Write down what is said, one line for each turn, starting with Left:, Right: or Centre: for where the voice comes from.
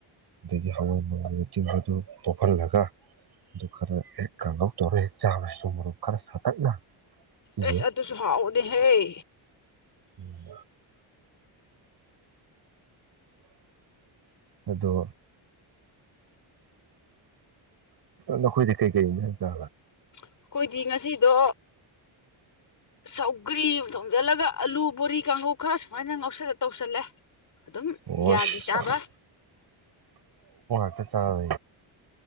Right: ꯑꯗꯒꯤ ꯍꯋꯥꯏ ꯃꯪꯜꯗ ꯆꯤꯡꯕꯗꯨ ꯇꯣꯛꯞꯍꯜꯂꯒ ꯑꯗꯨ ꯈꯔ ꯍꯦꯛ ꯀꯥꯡꯧ ꯇꯧꯔ ꯍꯦꯛ ꯆꯥꯕꯁꯤꯁꯨ ꯃꯔꯨꯞ ꯈꯔ ꯁꯥꯇꯛꯅ ꯁꯤꯁꯦ
Left: ꯑꯦꯁ ꯑꯗꯨꯁꯨ ꯍꯥꯎꯎꯅꯦꯍꯦ
Right: ꯎꯝ ꯑꯗꯣ ꯅꯈꯣꯏꯗꯤ ꯀꯩ ꯀꯩꯅꯦ ꯆ
Left: ꯑꯩꯈꯣꯏꯗꯤ ꯉꯁꯤꯗꯣ ꯁꯧꯒ꯭ꯔꯤ ꯑꯃ ꯊꯣꯡꯖꯤꯜꯂꯒ ꯑꯂꯨ ꯕꯣꯔꯤ ꯀꯥꯡꯈꯧ ꯈꯔ ꯁꯨꯃꯥꯏꯅ ꯉꯧꯁꯜꯂ ꯇꯧꯁꯜꯂꯦ ꯑꯗꯨꯝ
Right: ꯑꯣꯁ
Left: ꯌꯥꯒꯤ ꯆꯥꯕ
Right: ꯐ ꯆꯕ